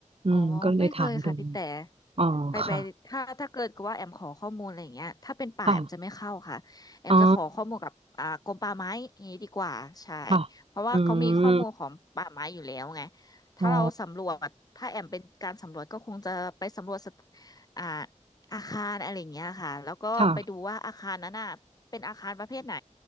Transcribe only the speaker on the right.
อืมก็เลยถามดู
อ๋อค่ะ
ค่ะอ๋อ ค่ะ
อืม
อ๋อ
ค่ะ